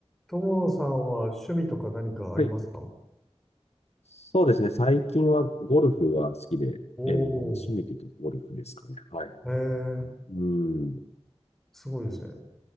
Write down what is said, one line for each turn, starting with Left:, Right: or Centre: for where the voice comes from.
Centre: 友野さんは趣味とか何かありますか
Left: はい。そうですね。最近はゴルフは好きで、
Centre: おお
Left: えー、まあ趣味というとゴルフですかね。はい。
Centre: ー、えー、
Left: うん。
Centre: すごいですね。